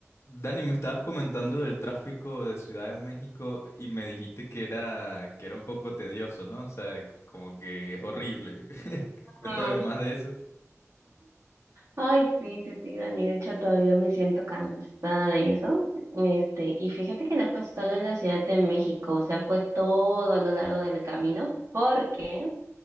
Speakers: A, on the left; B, on the right.
A: Dani, me estabas comentando del tráfico de Ciudad de México y me dijiste que era, que era un poco tedioso, ¿no? O sea, como que es horrible. <laughs> Cuéntame
B: Ajá.
A: más de eso.
B: Ay, sí, sí, sí, Dani. De hecho, todavía me siento cansada de eso. Este, y fíjate que no fue solo en la Ciudad de México, o sea, fue todo a lo largo del camino, porque,